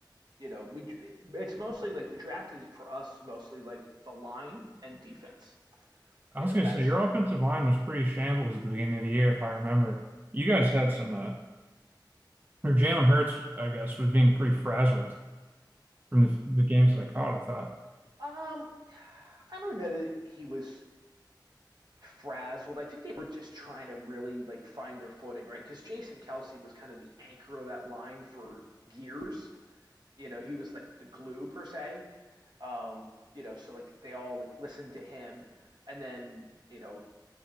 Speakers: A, on the right; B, on the right.
A: you know, we. It's mostly like the draft is for us is mostly like the line and defense.
B: I
A: You
B: was
A: know,
B: gonna
A: that's
B: say your offensive line was pretty shambles at the beginning of the year, if I remember. You guys had some uh Or Jalen Hurts, I guess, was being pretty frazzled from the, the games that I caught, I thought.
A: um I don't know that he was frazzled. I think they were just trying to really like find their footing, right? Because Jason Kelsey was kind of the anchor of that line for years. You know, he was like the glue per se. Um, you know, so like they all like listened to him, and then you know